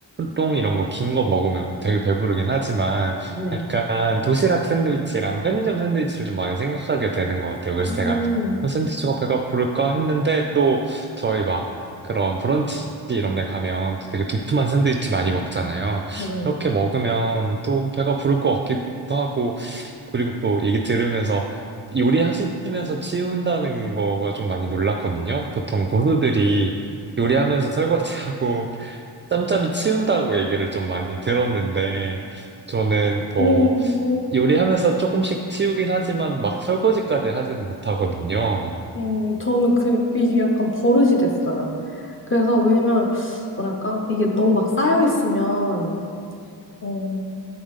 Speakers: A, on the right; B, on the left.
A: 호 이런 거 긴 거 먹으면 되게 배부르긴 하지만
B: 네.
A: 약간 도시락 샌드위치랑 편의점 샌드위치를 좀 많이 생각하게 되는 것 같아요. 그래서
B: 음.
A: 제가 어, 샌드위치가 배가 부를까 했는데 또 저희 막 그런 브런치 이런 데 가면 또 되게 두툼한 샌드위치 많이 먹잖아요.
B: 음.
A: 이렇게 먹으면 또 배가 부를 것 같기도 하고 그리고 또 얘기 들으면서 요리하시면서 치운다는 거가 좀 많이 놀랐거든요. 보통 고수들이 요리하면서 설거지하고 짬짬이 치운다고 얘기를 좀 많이 들었는데, 저는 뭐,
B: 음.
A: 요리하면서 조금씩 치우긴 하지만 막 설거지까지 하진 못하거든요.
B: 음, 저는 그, 이게 약간 버릇이 됐어요. 그래서, 왜냐면, 뭐랄까, 이게 너무 막 쌓여 있으면, 어,